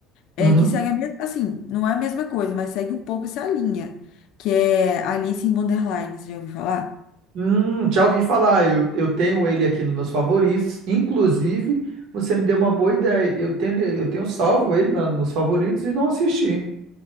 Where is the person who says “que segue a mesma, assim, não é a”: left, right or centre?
Left